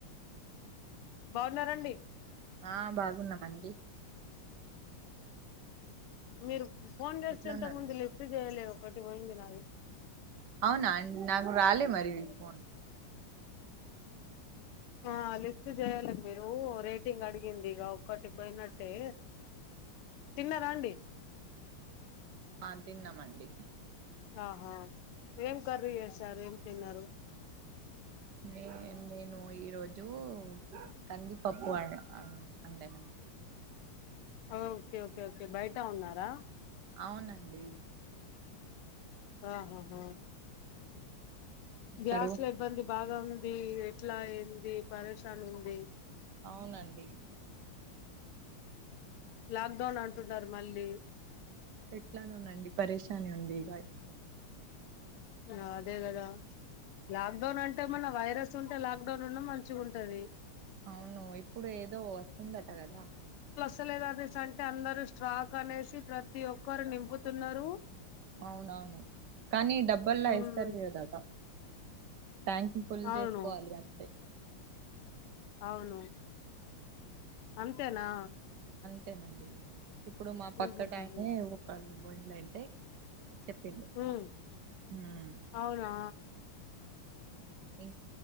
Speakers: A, on the left; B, on the right.
A: బాగున్నారండి
B: ఆ బాగున్నామండి
A: మీరు ఫోన్ చేస్తే
B: ఎట్లా
A: ఇంతముందు
B: ఉన్నారు మీరు
A: లిఫ్ట్ చేయలే ఒకటి పోయింది నాది
B: అవునా నాకు రాలే మరి ఫోన్
A: ఆ లిఫ్ట్ చేయాలే మీరు రేటింగ్ అడిగింది ఇగ ఒకటి పోయినట్టే తిన్నారా అండి
B: ఆ తిన్నమండి
A: ఆహా ఏం కర్రి చేస రెం తిన్నారు
B: నే నేను ఈరోజు కందిపప్పు ఆ అండానమ్
A: ఓకే ఓకే ఓకే బయట ఉన్నారా
B: అవునండి
A: ఆహా హ గ్యాస్
B: గారు
A: ల ఇబ్బంది బాగా ఉంది ఎట్ల ఏంది పరషన్ ఉంది
B: అవునండి
A: లాక్ డౌన్ అంటున్నారు మళ్ళీ
B: ఎట్లానోనండి పరేశాని ఉంది బై
A: ఆ అదే గద లాక్ డౌన్ అంటే మన వైరస్ ఉంటే లాక్ డౌన్ ఉన్న మంచిగుంటది
B: అవును ఇప్పుడు ఏదో వస్తుందట కదా
A: వస్తాలేదు అనేసి అంటే అందరు స్ట్రాక్ అనేసి ప్రతి ఒక్కరు నింపుతున్నారు
B: అవునవును కానీ డబ్బల్లా
A: ఉమ్
B: వేస్తాలేదట ట్యాంక్ ఫుల్
A: అవును
B: చేసుకోవాలి అంతే
A: అవును అంతేనా
B: అంతేనండి ఇప్పుడు మా పక్కటయనే
A: ఉహుహుహు
B: ఓతండు పోయిలైతే చెప్పిండు
A: ఉమ్
B: మ్మ్
A: అవునా
B: ఇ